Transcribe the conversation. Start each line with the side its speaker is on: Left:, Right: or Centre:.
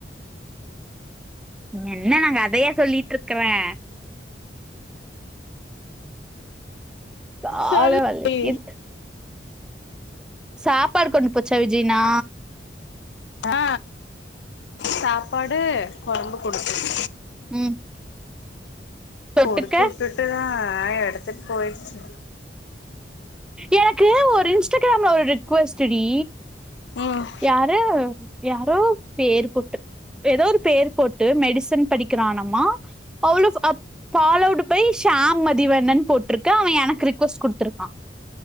Centre: என்ன நாங்கதையா சொல்லிட்டு இருக்கறே கால
Left: சொல்லு
Centre: வலிக்கிது சாப்பாடு கொண்டு போச்சா விஜய்னா
Left: ஆ சாப்பாடு குழம்பு கொடுக்கும்
Centre: ம் தொட்டுக்க
Left: கொடுத்து உட்டுட்டு ஆ எடுத்துட் போயிச்சு
Centre: எனக்கு ஒரு இன்ஸ்டாகிராம்ல ஒரு ரிக்வஸ்ட் டி
Left: ம்
Centre: யாரு யாரோ பேரு பொட்டு எதோ ஒரு பேர் போட்டு மெடிசன் படிக்கிறனாம்மா அவ்ளோ அப் பாலோடு ஃபைஸ் டாம் மதிவண்ணன் போட்ருக்கு அவ எனக்கு ரி்க்வஸ்ட் குடுத்ருக்கா